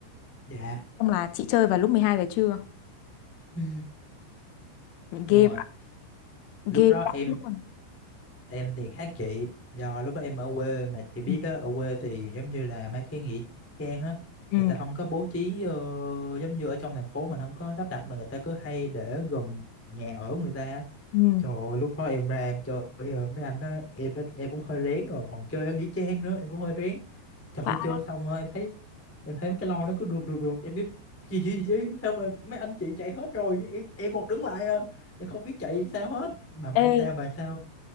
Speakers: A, in the centre; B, on the left.
A: dạ
B: xong là chị chơi vào lúc mười hai giờ trưa
A: ừ, đúng
B: ghê
A: rồi lúc
B: ghê
A: đó
B: dã
A: em
B: luôn
A: Em thì khác chị Do lúc đó em ở quê Mà chị biết
B: ừ
A: đó Ở quê thì giống như là Mấy cái nghĩa trang á
B: ừ
A: Người ta không có bố trí ờ, Giống như ở trong thành phố Mình không có sắp đặt Mà người ta cứ hay để gần nhà ở của người ta á.
B: ừ.
A: Trời ơi, lúc đó em ra em chơi ờ, Mấy anh đó Em đã- em cũng hơi rén rồi Mà còn chơi ở nghĩa trang nữa Em cũng hơi rén Trời
B: Quả
A: ơi, chơi xong rồi em thấy Em thấy mấy cái lon nó cứ rượt rượt rượt Em cứ gì gì gì Sao mà mấy anh chị chạy hết rồi Em em còn đứng lại à Em không biết chạy sao hết Mà may
B: ê
A: sao mà sao